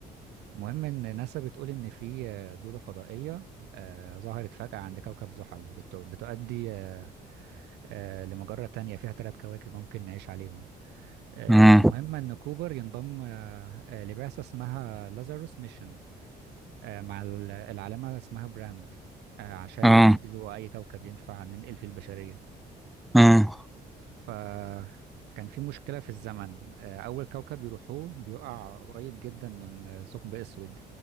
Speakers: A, on the right; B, in the centre.
A: المهم إن ناسا بتقول إن في آه، دودة فضائية آه، ظهرت فجأة عند كوكب زحل بت- بتؤدي آه، آه، لمجرة تانية فيها ثلاث كواكب ممكن نعيش عليهم آه،
B: اه
A: المهم إن كوبر ينضم آه، آه، لبعثة اسمها لازاروس ميشن آه، مع ال- العالمة اسمها براند آه، عشان
B: اه
A: يحددوا أي كوكب ينفع ننقل فيه البشرية
B: اه
A: فكان في مشكلة في الزمن آه، أول كوكب يروحوه بيقع قريب جدا من آه، ثقب أسود